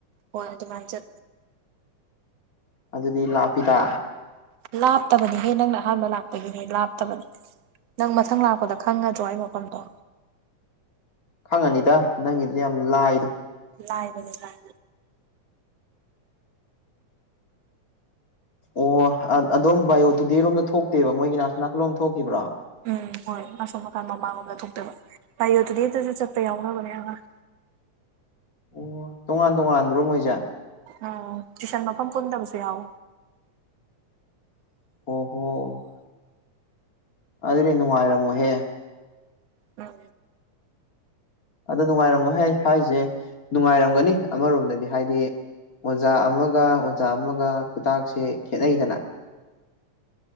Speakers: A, on the right; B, on the left.
A: ꯍꯣꯏ ꯑꯗꯨ ꯃ ꯆ
B: ꯑꯗꯨꯗꯤ ꯂꯥꯛꯄꯤꯗ
A: ꯂꯥꯞꯇꯕꯅꯤꯍꯦ ꯅꯪꯅ ꯑꯍꯥꯟꯕ ꯂꯥꯛꯄꯒꯤꯅꯦ ꯂꯥꯞꯇꯕꯅꯤ ꯅꯪ ꯃꯊꯪ ꯂꯥꯛꯄꯗ ꯈꯪꯉꯗ꯭ꯔꯣ ꯑꯩ ꯃꯐꯝꯗꯣ
B: ꯈꯪꯉꯅꯤꯗ ꯅꯪꯒꯤꯗꯤ ꯌꯥꯝ ꯂꯥꯏꯗ
A: ꯂꯥꯏꯕꯅꯦ ꯂꯥꯏ
B: ꯑꯣ ꯑꯗꯣꯝ ꯕꯥꯏꯑꯣ ꯇꯨꯗꯦꯔꯣꯝꯗ ꯊꯣꯛꯇꯦꯕ ꯃꯣꯏꯒꯤ ꯅꯥꯁꯅꯥꯀꯜꯂꯣꯝ ꯊꯣꯛꯈꯤꯕ꯭ꯔꯣ
A: ꯎꯝ ꯍꯣꯏ ꯑꯁꯣꯝꯀꯥꯟ ꯃꯃꯥꯡꯣꯝꯗ ꯊꯣꯛꯇꯣꯏꯕ ꯥꯏꯌꯣ ꯑꯗꯨꯗꯤ ꯑꯦꯁꯨ ꯆꯠꯄ ꯌꯥꯎꯅꯕꯅꯦ ꯑ
B: ꯑꯣ ꯇꯣꯉꯥꯟ ꯇꯣꯉꯥꯟꯕ꯭ꯔꯣ ꯃꯣꯏꯁꯦ
A: ꯎꯝ ꯇꯨꯏꯁꯟ ꯃꯐꯝ ꯄꯨꯟ ꯇꯕꯁ ꯌꯥꯎ
B: ꯑꯣ ꯍꯣ ꯑꯗꯨꯗꯤ ꯅꯨꯡꯉꯥꯏꯔꯝꯃꯣꯍꯦ
A: ꯎꯝ
B: ꯑꯗꯣ ꯅꯨꯡꯉꯥꯏꯔꯝꯃꯣ ꯍꯥꯏ ꯍꯥꯏꯁꯦ ꯅꯨꯡꯉꯥꯏꯔꯝꯒꯅꯤ ꯑꯃꯔꯣꯝꯗꯗꯤ ꯍꯥꯏꯗꯤ ꯑꯣꯖꯥ ꯑꯃꯒ ꯑꯣꯖꯥ ꯑꯃꯒ ꯈꯨꯇꯥꯛꯁꯦ ꯈꯦꯅꯩꯗꯅ